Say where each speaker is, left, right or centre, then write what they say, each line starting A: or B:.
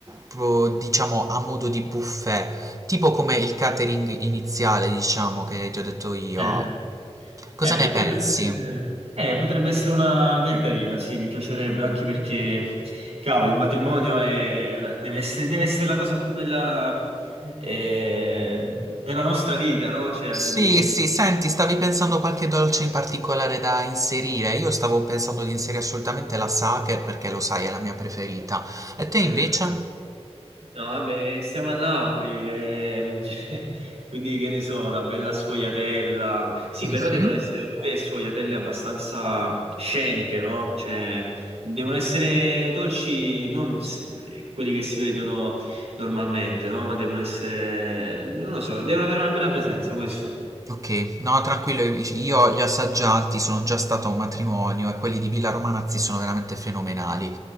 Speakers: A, on the right; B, on the right.
A: proprio, diciamo, a modo di buffet. Tipo come il catering iniziale, diciamo, che ti ho detto io.
B: eh.
A: Cosa
B: Eh,
A: ne
B: potrebbe
A: pensi?
B: essere, eh, potrebbe essere una idea carina, sì, mi piacerebbe, anche perché, cavolo, il matrimonio è una- deve essere, deve essere la cosa più bella eh, della nostra vita, no? Cioè,
A: Sì,
B: di me,
A: sì,
B: di-
A: senti, stavi pensando a qualche dolce in particolare da inserire? Io stavo pensando di inserire assolutamente la Sacher perché lo sai, è la mia preferita. E te invece?
B: eh, vabbè. No, vabbè, siamo a Napoli, ehm, <laughs> cioè, quindi che ne so, una bella sfogliatella. Sì,
A: Mhm.
B: però devono essere pure sfogliatelle abbastanza sceniche, no? Cioè, devono essere dolci, non s- quelli che si vedono normalmente, no? Ma devono essere, non lo so, devono avere una bella presenza, questo.
A: Ok, no, tranquillo, io li ho assaggiati, sono già stato a un matrimonio e quelli di Villa Romanazzi sono veramente fenomenali.